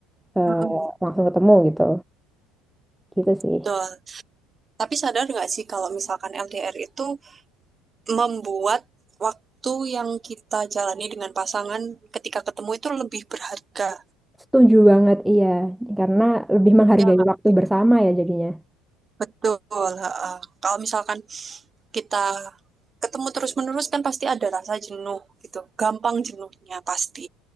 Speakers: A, in the centre; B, on the right (about 20°).
A: eh,
B: mhm,
A: langsung ketemu gitu gitu sih
B: betul. Tapi sadar nggak sih kalau misalkan LDR itu membuat waktu yang kita jalani dengan pasangan ketika ketemu itu lebih berharga,
A: setuju banget iya karena lebih menghargai
B: ya nggak
A: waktu
B: sih?
A: bersama ya jadinya
B: Betul, heeh. Kalau misalkan kita ketemu terus-menerus kan pasti ada rasa jenuh gitu, gampang jenuhnya pasti.